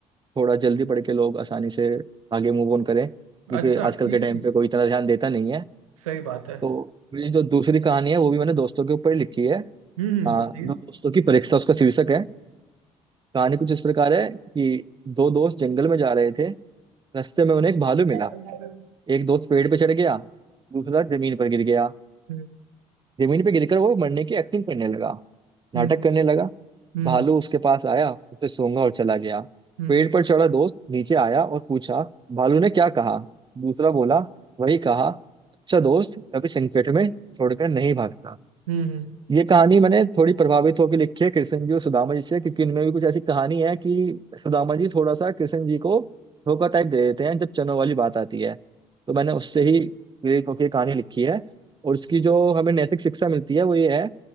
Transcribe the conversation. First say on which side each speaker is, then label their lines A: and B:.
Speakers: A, on the right; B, on the right.
A: थोड़ा जल्दी पढ़ के लोग आसानी से आगे मूव ऑन करें क्योंकि
B: अच्छा
A: आजकल
B: ठीक
A: के
B: है
A: टाइम
B: ठीक
A: पे कोई
B: है
A: इतना ध्यान देता नहीं है
B: सही बात है
A: तो मेरी जो दूसरी कहानी है वो भी मैंने दोस्तों के ऊपर ही लिखी है
B: हम्म हम्म,
A: हाँ
B: बताइए
A: दो दोस्तों की परीक्षा उसका शीर्षक है कहानी कुछ इस प्रकार है कि दो दोस्त जंगल में जा रहे थे रास्ते में उन्हें एक भालू मिला
B: हम्म
A: एक दोस्त पेड़ पे चढ़ गया दूसरा जमीन पर गिर गया
B: हम्म
A: जमीन पे गिरकर वो मरने की एक्टिंग करने लगा नाटक
B: हम्म
A: करने लगा
B: हम्म
A: भालू उसके पास आया उसे सूंघा और चला गया
B: हम्म
A: पेड़ पर चढ़ा दोस्त नीचे आया और पूछा भालू ने क्या कहा दूसरा बोला वही कहा सच्चा दोस्त कभी संकट में छोड़कर नहीं भागता
B: हम्म, हम्म।
A: ये कहानी मैंने थोड़ी प्रभावित होकर लिखी है कृष्ण जी और सुदामा जी से क्योंकि इनमें भी कुछ ऐसी कहानी है कि सुदामा जी थोड़ा सा कृष्ण जी को धोखा टाइप दे देते हैं जब चनों वाली बात आती है तो मैंने उससे ही प्रेरित होकर ये कहानी लिखी है और इसकी जो हमें नैतिक शिक्षा मिलती है वो ये है